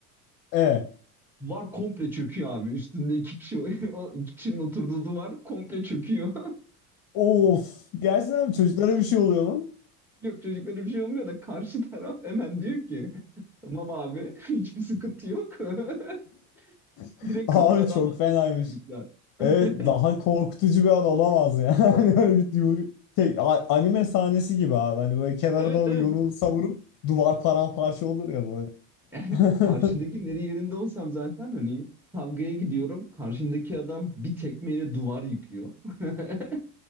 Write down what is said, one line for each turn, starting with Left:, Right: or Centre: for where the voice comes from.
Left: Evet.
Centre: Duvar komple çöküyor abi. Üstünde iki kişi <laughs> o iki kişinin oturduğu duvar komple çöküyor.
Left: Of. Gerçekten mi? çocuklara bir şey oluyor mu?
Centre: <laughs> Yok çocuklara bir şey olmuyor da karşı taraf hemen diyor ki tamam abi <laughs> hiçbir sıkıntı yok. <laughs>
Left: <laughs>
Centre: Direkt
Left: Abi
Centre: kavgadan
Left: çok
Centre: vazgeçiyor
Left: fenaymış.
Centre: çocuklar. <laughs>
Left: Evet daha korkutucu bir an olamaz ya. <laughs> Hani böyle bir yumru- tek- a- anime sahnesi gibi abi. Hani böyle kenara
Centre: Evet
Left: doğru
Centre: evet.
Left: yumruğunu savurup duvar paramparça olur ya böyle.
Centre: <laughs>
Left: <laughs>
Centre: Karşındakinin yeri yerinde olsam zaten hani kavgaya gidiyorum. Karşımdaki adam bir tekmeyle duvar yıkıyor. <laughs>